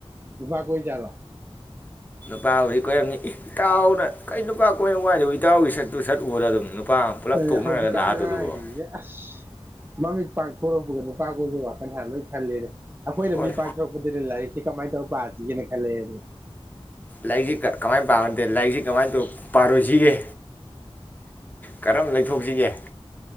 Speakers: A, on the right; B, on the left.
A: ꯆꯨꯄꯥ ꯀꯣꯏ ꯖꯠꯂꯣ
B: ꯅꯨꯄꯥꯕꯨꯗꯤ ꯀꯣꯏꯔꯝꯅꯤ ꯏꯇꯥꯎꯅ ꯀꯩ ꯅꯨꯄꯥ ꯀꯣꯏꯔꯕꯣ ꯍꯥꯏꯁꯤꯕꯨ ꯏꯇꯥꯎꯒꯤ ꯁꯛꯇꯨ ꯁꯠꯎꯕꯗ ꯑꯗꯨꯝ ꯅꯨꯄꯥ ꯄꯨꯂꯞ
A: ꯑꯦ
B: ꯇꯣꯛꯅꯔꯒ
A: ꯍꯧꯖꯤꯛ
B: ꯂꯥꯛꯑꯗꯨꯗꯨꯕꯣ
A: ꯀꯥꯟ ꯉꯥꯡ ꯁꯦ ꯑꯁ ꯃꯥꯃꯤꯠ ꯄꯥꯛ ꯊꯣꯔꯛꯄꯒ ꯅꯨꯄꯥ ꯀꯣꯏꯕꯩ ꯋꯥꯈꯜ ꯍꯥꯟ ꯂꯣꯏ ꯈꯜꯂꯦ ꯑꯩꯈꯣꯏꯅ
B: ꯍꯣꯏ
A: ꯃꯤ ꯄꯥꯡꯊꯣꯔꯛꯄꯗꯨꯗꯤ ꯂꯥꯏꯔꯤꯛ ꯂ ꯀꯃꯥꯏꯅ ꯇꯧꯔꯈ ꯄꯥꯁꯤꯒꯦꯅ ꯈꯜꯂꯛꯑꯦ
B: ꯂꯥꯏꯔꯤꯛꯁꯤ ꯀꯃꯥꯏꯅ ꯄꯥꯕ ꯅꯠꯇꯦ ꯂꯥꯏꯔꯤꯛꯁꯤ ꯀꯃꯥꯏꯅ ꯇꯧꯔ ꯄꯥꯔꯣꯏꯁꯤꯒꯦ ꯀꯔꯝ ꯂꯩꯊꯣꯛꯁꯤꯒꯦ